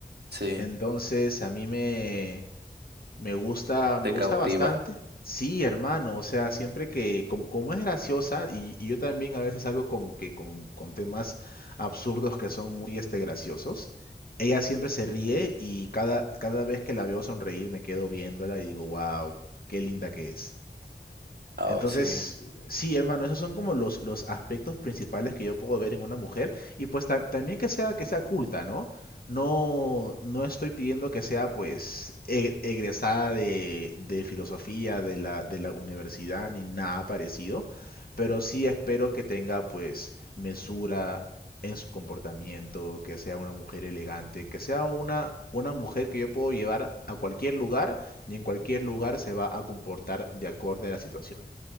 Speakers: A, on the right; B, on the left.
A: sí,
B: Entonces a mí me, me gusta,
A: te
B: me gusta
A: cautiva.
B: bastante. Sí, hermano, o sea, siempre que, como, como es graciosa, y, y yo también a veces algo como que con, con temas absurdos que son muy este graciosos, ella siempre se ríe y cada, cada vez que la veo sonreír me quedo viéndola y digo, wow, qué linda que es.
A: Ah,
B: Entonces,
A: sí.
B: sí, hermano, esos son como los, los aspectos principales que yo puedo ver en una mujer. Y pues tam- también que sea, que sea culta, ¿no? No, no estoy pidiendo que sea pues e- egresada de, de filosofía de la, de la universidad ni nada parecido, pero sí espero que tenga pues mesura en su comportamiento, que sea una mujer elegante, que sea una, una mujer que yo puedo llevar a cualquier lugar y en cualquier lugar se va a comportar de acorde a la situación.